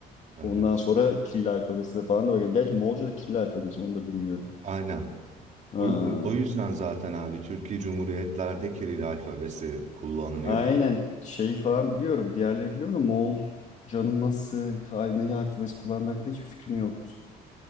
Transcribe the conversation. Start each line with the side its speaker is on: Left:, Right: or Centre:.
Right: Evet.
Left: Ondan sonra Kiril alfabesine falan da bakar. Gerçi Moğolca da Kiril alfabesi onu da bilmiyorum.
Right: Aynen.
Left: Ha.
Right: O, o yüzden zaten abi Türkiye Cumhuriyetlerde Kiril alfabesi kullanılıyor.
Left: Aynen şeyi falan biliyorum. Diğerleri biliyorum da Moğolcanın nasıl haline alfabesi kullandığı hakkında hiçbir fikrim yoktu.